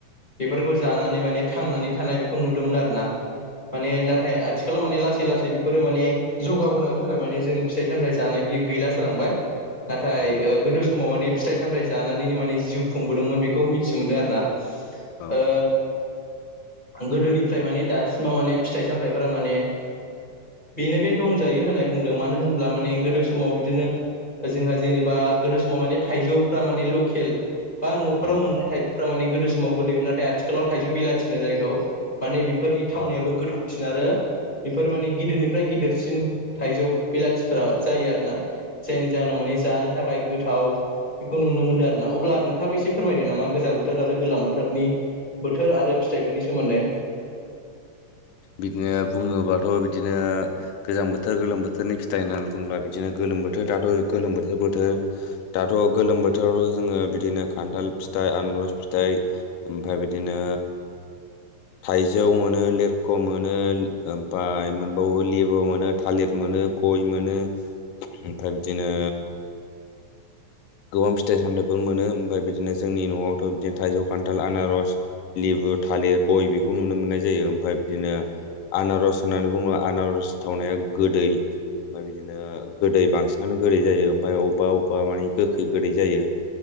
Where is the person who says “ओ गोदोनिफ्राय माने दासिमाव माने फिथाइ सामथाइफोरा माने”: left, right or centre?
Left